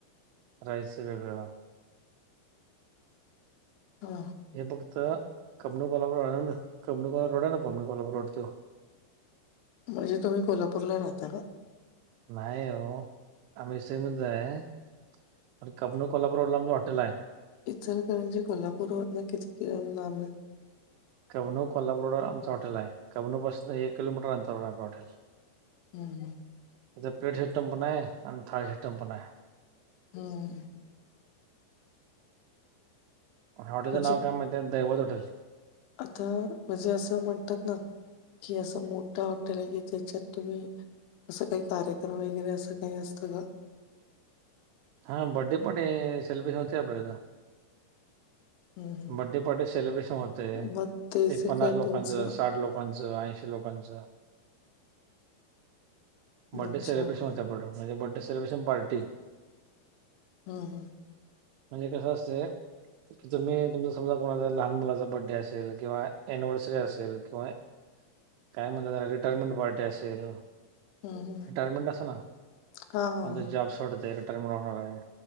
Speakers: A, on the right (about 90°); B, on the left (about 85°).
A: राईस चं वेगळं.
B: हा.
A: हे फक्त कबनू कोल्हापूर आहे कमनू कोल्हापूर रोड आहे ना कबन कोल्हापूर रोड तो
B: म्हणजे तुम्ही कोल्हापूरला राहता का.
A: नाही हो आम्ही सिलमन आहे. आणि कबनू कोल्हापूर रोड ला आमच्या हॉटेल हाय.
B: इचलकरणजी कोल्हापूर वरन किती लांब आहे.
A: कबनू कोल्हापूर रोडवर आमच हॉटेल आहे कभनौ पासून एक किलोमीटर अंतरारवर आपलं हॉटेल
B: हम्म हम्म
A: त्याचा पेड सिस्टीम पण हाय आणि थाळी सिस्टीम पण हाय.
B: हम्म
A: हॉटेचं
B: म्हणजे
A: नाव काय माहीत आहे दैवत हॉटेल-
B: आता म्हणजे असं म्हणतात ना कि असं मोठा हॉटेल आहे की त्याच्यात तुम्ही असं काही कार्यक्रम वगैरे असं काही असतं का?
A: हा बड्डे पार्टी सेलिब्रेशन होतय आपल्या इथ
B: हं, हं.
A: बड्डे पार्टी सेलिब्रेशन होते,
B: मग ते जे
A: एक पन्नास
B: काय
A: लोकांचं
B: तुमचं
A: साठ लोक लोकांच ऐंशी लोकांचं, बर्थडे
B: अच्छा.
A: सेलिब्रेशन होतय पुढं. म्हणजे बर्थडे सेलब्रेशन पार्टी.
B: हम हम
A: म्हणजे कसं असतय कि तुम्ही तुमचा समजा कोणाचा लहान मुलाचा बड्डे असेल किंवा अनिव्हर्सरी असेल किंवा काय म्हणतात त्याला रिटायरमेंट पार्टी असेल
B: हं, हं.
A: रिटायरमेंट अस ना,
B: हां, हां.
A: कोणते जॉब सोडते रिटायरमेंट होणार आहे.